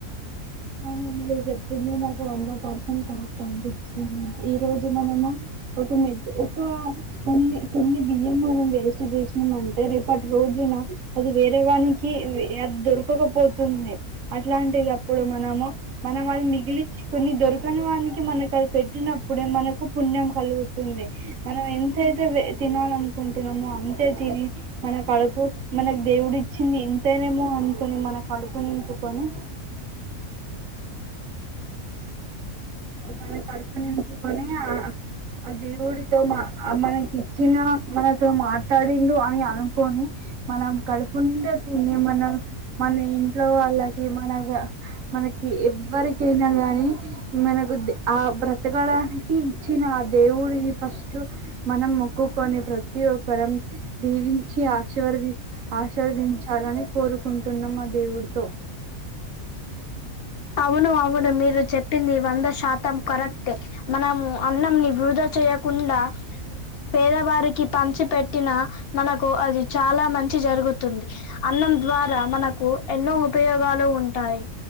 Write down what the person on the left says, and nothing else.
అవును అవును మీరు చెప్పింది వంద శాతం కరెక్టే మనము అన్నం ని వృధా చేయకుండా పేదవారికి పంచి పెట్టినా మనకు అది చాలా మంచి జరుగుతుంది అన్నం ద్వారా మనకు ఎన్నో ఉపయోగాలు ఉంటాయి